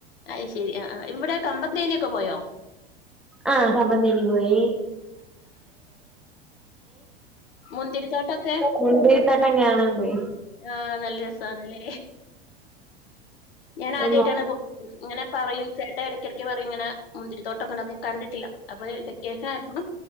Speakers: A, on the left; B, in the centre.
A: അയ് ശരി ആ ആ ഇവിടെ കമ്പം തേനൊക്കെ പോയോ
B: ആഹ് കമ്പന്തേനി പോയി
A: മുന്തിരി തോട്ടൊക്കെ
B: മുന്തിരി തോട്ടം കാണാൻ പോയി
A: ആഹ് നല്ല രസന്നല്ലേ ഞാൻ ആദ്യമായിട്ടാണ്
B: ആഹ്
A: പോ- ഇങ്ങനെ പറയും ചേട്ടൻ ഇരക്കിടക്കക്ക് പറയും ഇങ്ങനെ മുതിരി തോട്ടോക്കല്ലത്. കണ്ടിട്ടില്ല അപ്പൊ വെക്കേഷനായപ്പം